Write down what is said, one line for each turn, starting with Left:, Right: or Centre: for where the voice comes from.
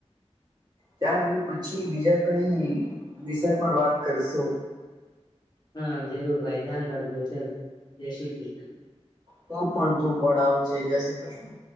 Right: ચાલ હ પછી, બીજા કઈ વિષય પર વાત કરશુ
Left: હા જરૂર ભાઈ ધ્યાન રાખજો, ચલ જય શ્રી કૃષ્ણ
Right: તુ પણ તુ પણ આવજે, જય શ્રી કૃષ્ણ